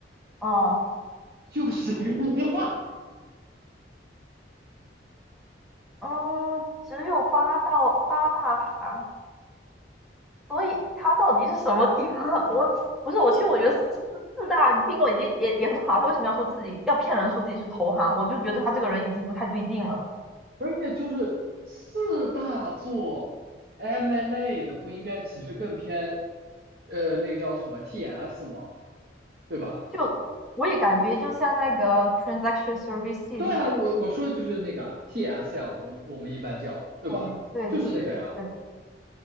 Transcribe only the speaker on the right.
<laughs> 就是这个，<laughs>
而且就是四大作 M&A n d A 的不应该其实更偏，呃，那个叫什么 TS 吗？对吧？
对啊，我我说的就是那个啊 TS 呀，我们我们一般叫，对吧？
就是那个呀，